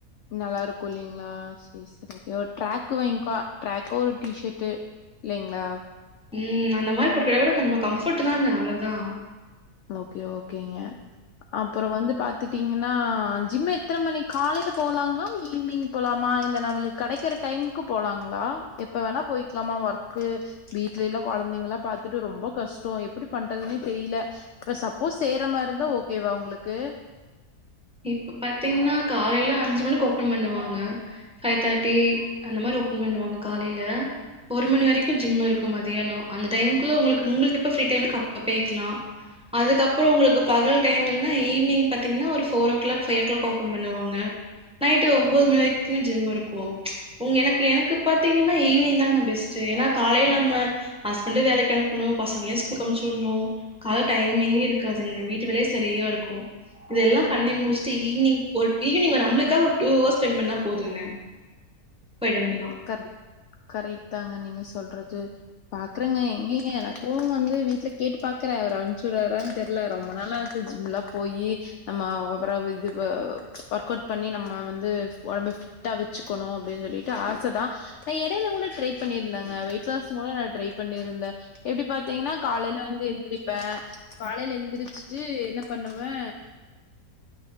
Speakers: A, on the left; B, in the centre.
A: நல்லா இருக்கு இல்லீங்களா செரி செரி ஓகே டிரக்கு வாங்கிக்கலா ட்ராக்கோ ஒரு டிஷர்ட்டு இல்லிங்களா
B: ம் அந்த மாதிரி போட்டுக்கிடா கூட நம்ம கம்ஃபர்ட் தாங்க அவ்வளோதா
A: ஓகே ஓகேங்க அப்புற வந்து பாத்துட்டீங்கன்னா ஜிம் எத்தனை மணி காலையில போலாங்களா ஈவினிங் போலாமா இல்ல நம்மளுக்கு கடைக்கிற டைமுக்கு போலாங்களா எப்ப வேணா போயிக்கலாமா ஒர்க்கு வீட்ல எல்லா கெழந்தைங்கல்லா பாத்துட்டு ரொம்ப கஷ்டோ எப்டி பண்றதுனே தெரியல இப்ப சப்போஸ் செய்ற மாரி இருந்தா ஓகேவா உங்களுக்கு
B: இப்ப பாத்தீங்கன்னா காலையில அஞ்சு மணிக்கு ஓப்பன் பண்ணுவாங்க ஃபைவ் தேர்ட்டி அந்த மாரி ஓப்பன் பண்ணுவாங்க காலையில ஒரு மணி வரைக்கு ஜிம் இருக்கு மதியானோ அந்த டைமுக்குள்ள உங்களுக்கு உங்களுகெப்ப ஃப்ரீ டைமு இருக்கோ அப்ப கேக்கலா அதுக்கப்புற உங்களுக்கு பகல் டைம் இல்னா ஈவினிங் பாத்தீங்கன்னா ஒரு four o'clock five o'clock open பண்ணுவாங்க நைட்டு ஒன்பது மணி வரைக்குமே ஜிம் இருக்கு உங்க எனக்கு எனக்கு பாத்தீங்கன்னா ஈவினிங் தாங்க பெஸ்ட் ஏன்னா காலையில நம்ம ஹஸ்பண்ட வேலைக்கு அனுப்பணு பசங்களையு ஸ்கூல் அமிச்சு விடணு கால டைமிங்கே இருக்காதுங்க வீட்டு வேலயே சரியா இருக்கு இதெல்லா பண்ணி முடிச்சட்டு ஈவினங் ஒரு ஈவினிங் ஒரு நம்ளுக்கா ஒரு டூ ஹவர்ஸ் ஸ்பெண்ட் பண்ணா போதுங்க போயிட்டு வந்துடலா
A: கரெ கரெக்ட் தாங்க நீங்க சொல்றது பாக்குறங்க எங்கயங்க எனக்கு வந்து வீட்டுல கேட்டு பாக்குறே அவரு அனுப்ச்சுறாரான்னு தெரியல ரொம்ப நாளா ஜிம் எலாம் போயி நம்ம ஓவரா இது அ ஒர்க் அவுட் பண்ணி நம்ம வந்து ஒடம்ப ஃபிட்டா வச்சுக்கணு அப்டின்னு சொல்லிட்டு ஆ சைதா நா எடையில கூட ட்ரை பண்ணியிருந்தேங்க வெயிட்லாஸ்ங் கூட நா ட்ரை பண்ணியிருந்தே எப்டி பாத்தீங்கன்னா காலையில வந்து எந்திரிப்பே காலையில எந்திரிச்சுட்டு என்ன பண்ணுவே